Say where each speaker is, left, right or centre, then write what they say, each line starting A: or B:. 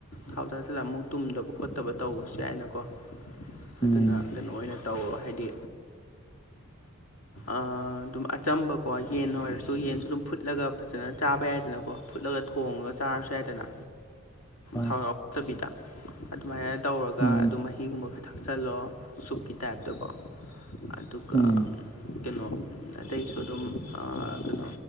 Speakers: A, on the left; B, on the left.
A: ꯊꯥꯎ ꯆꯥꯁꯤꯂ ꯑꯃꯨꯛ ꯇꯨꯝꯗꯕ ꯈꯣꯠꯇꯕ ꯇꯧꯕꯁꯨ ꯌꯥꯏꯅꯀꯣ
B: ꯎꯝ
A: ꯑꯗꯨꯅ ꯀꯩꯅꯣ ꯑꯣꯏꯅ ꯇꯧ ꯍꯥꯏꯗꯤ ꯑꯗꯨꯝ ꯑꯆꯝꯕꯀꯣ ꯌꯦꯟ ꯑꯣꯏꯔꯁꯨ ꯌꯦꯟꯁꯨ ꯑꯗꯨꯝ ꯐꯨꯠꯂꯒ ꯐꯖꯅ ꯆꯥꯕ ꯌꯥꯏꯗꯅꯀꯣ ꯐꯨꯠꯂꯒ ꯊꯣꯡꯉꯒ ꯆꯥꯔꯁꯨ ꯌꯥꯏꯗꯅ
B: ꯍꯣꯏ
A: ꯊꯔ ꯠꯇꯕꯤꯗ ꯑꯗꯨꯃꯥꯏꯅ ꯇꯧꯔꯒ
B: ꯎꯝ
A: ꯑꯗꯨꯃꯥꯏꯅ ꯍꯤꯒꯨꯝꯕ ꯈ ꯊꯛꯆꯜꯂꯣ ꯁꯨꯞꯀꯤ ꯇꯥꯏꯞꯇꯀꯣ ꯑꯗꯨꯒ
B: ꯎꯝ
A: ꯀꯩꯅꯣ ꯑꯇꯩꯁꯨ ꯑꯗꯨꯝ ꯀꯩꯅꯣ